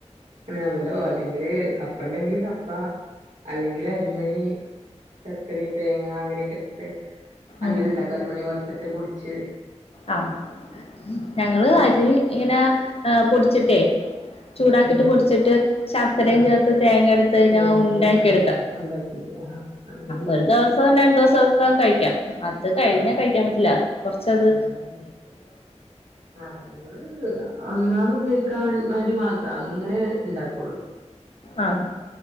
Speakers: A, on the right; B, on the left.
A: അങ്ങനെ അവലോ അല്ലെങ്കില് കപ്പയുണ്ടെങ്കിൽ കപ്പ അല്ലെങ്കിൽ അരിമണി ശർക്കരയും തേങ്ങ അങ്ങനെക്കെ. അങ്ങനെ
B: ഉം
A: ഉണ്ടാക്കുവോ അരിമണി വറുത്തി അത് പൊടിച്ച്
B: ആഹ് ഞങ്ങള്
A: അങ്ങനെ
B: അരി ഇങ്ങനെ പൊടി ച്ചിട്ടേ ചൂടാക്കീട്ട്
A: ഉം ഉം
B: പൊടിച്ചട്ട് ശർക്കരയും
A: ആഹ്
B: ചേർത്ത് തേങ്ങയെടുത്ത് കഴിഞ്ഞാൽ
A: തേങ്ങയും
B: ഉണ്ടയാക്കി
A: ചേർത്ത് അങ്ങനെ
B: എടുക്കാം,
A: തന്നെ ഉണ്ടാക്കിട്ട് ആഹ് അങ്ങനെ ചെയ്യും
B: ഒരു ദിവസവും രണ്ട് ദിവസവുമൊക്കെ കഴിക്കാം. അതു കഴിഞ്ഞാൽ
A: ആഹ്
B: കഴിക്കാൻ പറ്റില്ല കൊറച്ച് അത്.
A: ഉം ഉം ആഹ് ഞങ്ങള് ആ അന്നാള് ഉപയോഗിക്കാൻ വേണ്ടി മാത്രം അങ്ങനെ ഇണ്ടാക്കൂള്ളു.
B: ആഹ്